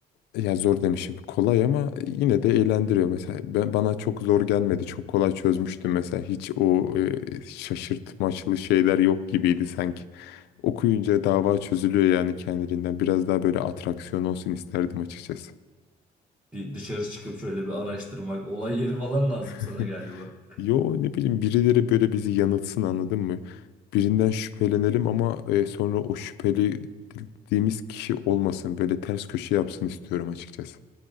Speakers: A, on the left; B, in the centre.
A: ya zor demişim. Kolay ama yine de eğlendiriyor. Mesela ben bana çok zor gelmedi. Çok kolay çözmüştüm mesela. Hiç o e, şaşırtmaçlı şeyler yok gibiydi sanki. Okuyunca dava çözülüyor yani kendiliğinden. Biraz daha böyle atraksiyon olsun isterdim açıkçası.
B: Bir dışarı çıkıp şöyle bir araştırmak. Olay yeri falan lazım sana
A: <laughs>
B: galiba.
A: Yo ne bileyim birileri böyle bizi yanıltsın anladın mı? Birinden şüphelenelim ama e, sonra o şüphelediğimiz kişi olmasın. Böyle ters köşe yapsın istiyorum açıkçası.